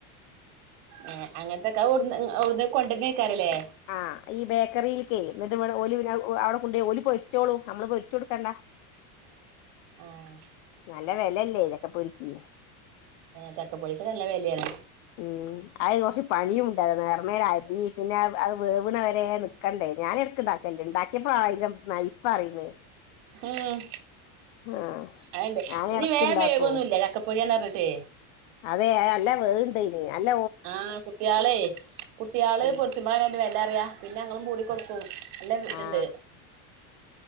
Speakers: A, on the right (about 60°); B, on the left (about 60°).
A: ഏഹ് അങ്ങനത്തൊക്കെ അവൊവിടുന്ന് കൊണ്ടന്നേക്കാരല്ലേ
B: ആഹ് ഈ ബേക്കറിൽക്ക് ഒലി അവിടെ കൊണ്ട് ഓല് പൊരിച്ചോളൂ നമ്മള് പൊരിച്ചു കൊടുക്കേണ്ട
A: ആഹ്
B: നല്ല വെലല്ലേ ചക്ക പൊരിക്കി
A: ചക്കപ്പൊരിക്ക് നല്ല വെലയാണ്
B: ഉം അത് കൊറച്ച് പണിയും ഉണ്ട് നേർമേല് അരിഞ്ഞ് പിന്നെ അത് വേവ്ണ വരെ ക്കണ്ടേ ഞാൻ എടക്ക്ണ്ടാക്കലണ്ട് ഇണ്ടാക്കിയപ്പോ അഹ് ഇപ്പ പറയന്ന്
A: ഏഹ്
B: ആഹ്
A: അത്ണ്ട്
B: ഞാൻ എടക്ക്
A: ഈ വേം
B: ഇണ്ടാക്കും
A: വേവൊന്നുല്ല ചക്കപ്പൊരിയാണ് പറിഞ്ഞിട്ടെ
B: അതെ അല്ല വേവ്ണ്ട <unintelligible> അല്ല
A: ആഹ് കുട്ട്യാളെ കുട്ട്യാള്
B: ഉം
A: ചുമ്മാല്ലണ്ട് വില അറിയാ പിന്നെ അങ്ങും മൂടി കൊടുക്കും നല്ല ഇതുണ്ട്
B: ആഹ്